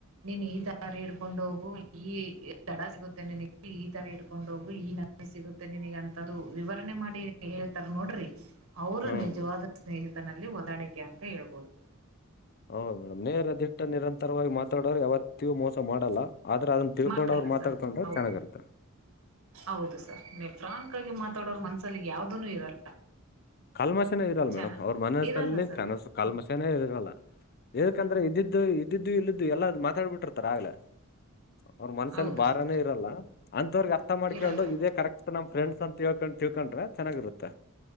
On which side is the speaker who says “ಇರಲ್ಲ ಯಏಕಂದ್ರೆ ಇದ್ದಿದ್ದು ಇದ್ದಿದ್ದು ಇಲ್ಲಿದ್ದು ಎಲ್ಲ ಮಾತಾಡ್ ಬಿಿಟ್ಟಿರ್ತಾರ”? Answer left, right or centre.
Left